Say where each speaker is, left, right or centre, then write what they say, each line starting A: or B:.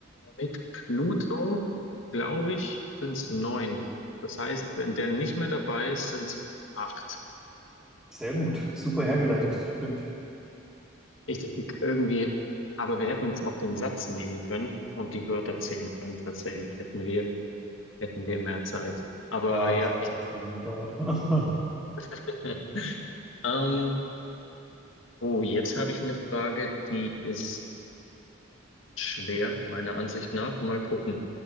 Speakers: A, on the left (about 85°); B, in the centre.
A: mit Pluto, glaube ich, sind es neun. Das heißt, wenn der nicht mehr dabei ist, sind es acht.
B: Sehr gut, super hergeleitet, stimmt.
A: Ich, ich irgendwie, aber wir hätten jetzt auch den Satz nehmen können und die Wörter zählen können. Tatsächlich hätten wir, hätten wir mehr Zeit. Aber
B: Ja,
A: ja,
B: das hat aber zu lange gedauert. <laughs>
A: <laughs> ähm, oh, jetzt habe ich eine Frage, die ist schwer, meiner Ansicht nach. Mal gucken.